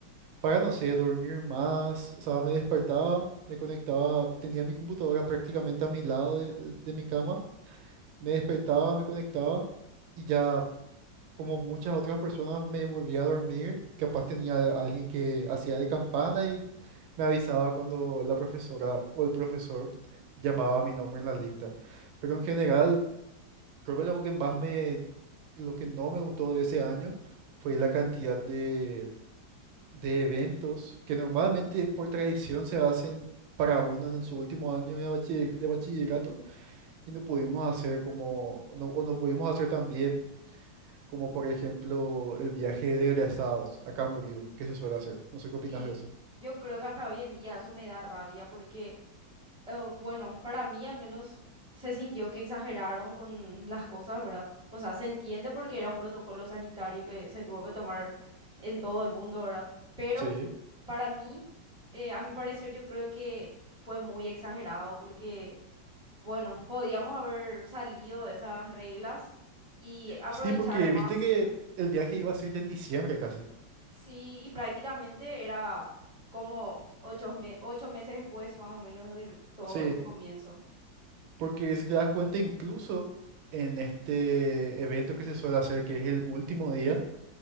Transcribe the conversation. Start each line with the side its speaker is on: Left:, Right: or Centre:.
Right: para, no sé, dormir más. O sea, me despertaba, me conectaba, tenía mi computadora prácticamente a mi lado de, de- de mi cama, me despertaba, me conectaba y ya como muchas otras personas me volvía a dormir, capaz tenía a alguien que hacía de campana y me avisaba cuando la profesora o el profesor llamaba mi nombre en la lista. Pero en general, creo que lo que más me, lo que no me gustó de ese año fue la cantidad de, de eventos que normalmente por tradición se hacen para uno en su último año de bachiller- de bachillerato y no pudimos hacer como, no, o no pudimos hacer también como por ejemplo el viaje de egresados a Camboriú, que se suele hacer. No sé qué opinas
Centre: Sí,
Right: de eso.
Centre: yo creo que hasta hoy en día eso me da rabia porque, eh, bueno, para mí al menos se sintió que exageraron con las cosas, ¿verdad? O sea, se entiende porque era un protocolo sanitario que se tuvo que tomar en todo el mundo, ¿verdad? Pero
Right: Sí,
Centre: para mí, eh, a mi parecer, yo creo que fue muy exagerado porque, bueno, podíamos haber salido de esas reglas y aprovechar
Right: Sí, porque
Centre: más.
Right: viste que el viaje iba a ser ya en diciembre casi.
Centre: Sí, y prácticamente era como ocho, me- ocho meses después más o menos de todo
Right: sí,
Centre: este comienzo.
Right: Porque si te das cuenta, incluso en este evento que se suele hacer, que es el último día,